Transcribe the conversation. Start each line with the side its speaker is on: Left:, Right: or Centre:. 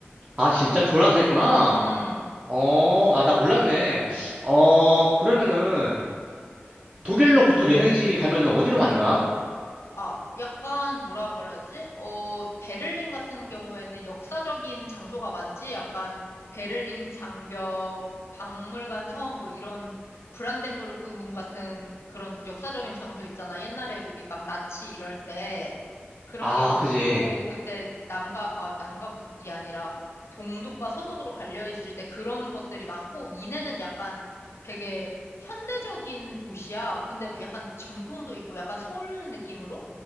Right: 아, 진짜 교환학생했구나.
Left: 음.
Right: 어, 아, 나 몰랐네. 어, 그러면은 독일로 보통 여행지 가면은 어디로 많이 가?
Left: 아, 약간 뭐라 그러지? 어, 베를린 같은 경우에는 역사적인 장소가 많지? 약간 베를린 장벽, 박물관 섬, 뭐 이런 브란덴부르크 문 같은 그런 역사적인 장소 있잖아. 옛날에 우리 막 나치 이럴 때 그런
Right: 아,
Left: 게 많고,
Right: 그지.
Left: 어, 그때 남과, 아, 남과 북이 아니라 동독과 서독으로 갈려 있을 때 그런 것들이 많고, 미네는 약간 되게 현대적인 도시야. 근데 뭐 약간 전통도 있고 약간 서울 느낌으로?